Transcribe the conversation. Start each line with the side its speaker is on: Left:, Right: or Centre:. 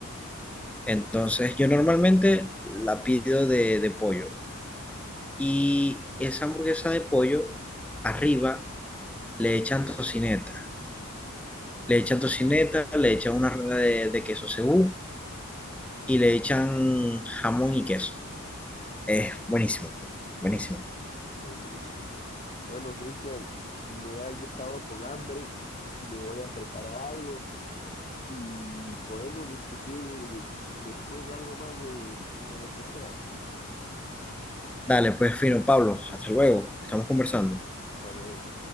Centre: Entonces, yo normalmente la pido de de pollo. Y esa hamburguesa de pollo, arriba le echan tocineta. Le echan tocineta,
Left: Ok,
Centre: le echan una rueda de, de queso cebú y le echan jamón y queso. Es buenísimo, buenísimo.
Left: buenísimo. Bueno, Cristian, me has dejado con hambre. Me voy a preparar algo y podemos discutir después algo más de, de lo que sea.
Centre: Dale, pues fino, Pablo, hasta luego. Estamos conversando.
Left: Entonces, Hasta luego.